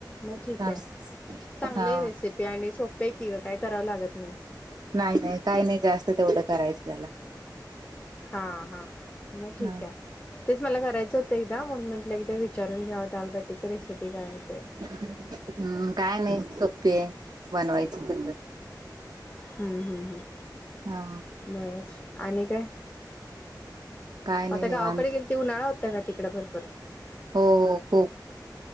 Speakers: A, on the left (about 20°); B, on the right (about 60°).
A: मंग
B: सांग
A: ठीक आहे, चांगली
B: हा
A: आहे रेसिपी आणि सोपीय की गं कायं करावं लागतं नाहीं.
B: नाहीं नाहीं, कांहीं नाहीं जास्तं तेवढं करायचं त्यांला.
A: हां हां, मगं ठीक
B: हा
A: आहे. तेचं मलां करायचं होतं एकदां, म्हणूंन म्हंटलं एकदां विचारूंन घ्यांव दालबाटीची रेसिपी, कायं होतेय.
B: हम्मं, कायं नाहीं, सोपे आहे बनवांयची पद्धतं.
A: हम्मं हम्मं हम्मं,,,
B: हा
A: बरं, आणि कायं?
B: काय नाही
A: आंता
B: निवांत
A: गावांकडे गेलती, उन्हांळा होतां नां तिकडे भरंपूर.
B: हो खुंप.